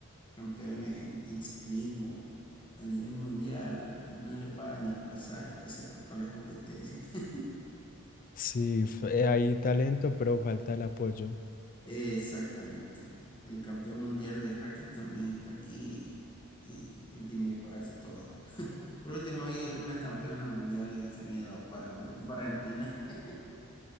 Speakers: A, on the left; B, on the left.
A: campeones en, en ciclismo a nivel mundial, no le pagan ni el pasaje para hacer, co- para las competencias. <laughs>
B: Sí, f- eh, hay talento, pero falta el apoyo.
A: Exactamente. El campeón mundial de racket también está aquí y él tiene que pagarse todo. <laughs> Por último, hay algunas campeonas mundiales que se han ido a- para competir para Argentina. <laughs>